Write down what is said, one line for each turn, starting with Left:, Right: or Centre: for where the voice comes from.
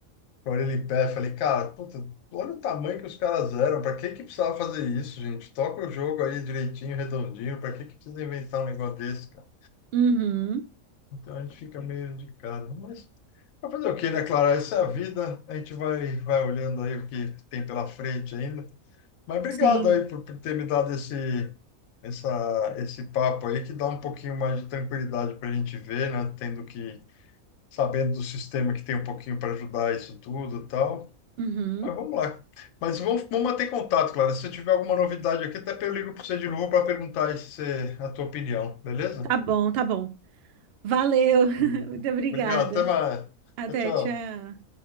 Left: com ele em pé, falei, cara, puta, olha o tamanho que os caras eram, pra que que precisava fazer isso, gente? Toca o jogo aí direitinho, redondinho, pra que que precisa inventar um negócio desse, cara?
Right: Uhum.
Left: Então a gente fica meio indicado, mas vai fazer o quê, né, Clara? Essa é a vida, a gente vai, vai olhando aí o que tem pela frente ainda. Mas obrigado
Right: Sim.
Left: aí por, por ter me dado esse, essa, esse papo aí, que dá um pouquinho mais de tranquilidade pra gente ver, né, tendo que, sabendo do sistema que tem um pouquinho para ajudar isso tudo e tal.
Right: Uhum.
Left: Mas vamos lá. Mas vamos, vamos manter contato, Clara. Se eu tiver alguma novidade aqui, até eu ligo para você de novo para perguntar esse- a tua opinião, beleza?
Right: Tá bom, tá bom. Valeu. <laughs>
Left: Beleza.
Right: Muito obrigada.
Left: Obrigado, até mais.
Right: Até,
Left: Tchau, tchau.
Right: tchau.